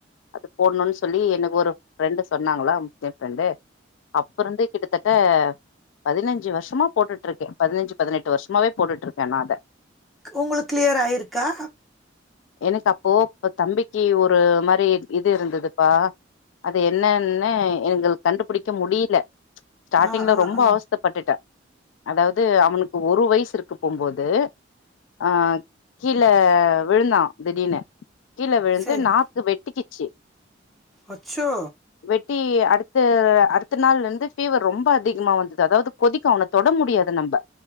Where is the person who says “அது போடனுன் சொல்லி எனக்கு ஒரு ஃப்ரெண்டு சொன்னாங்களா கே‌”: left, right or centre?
Left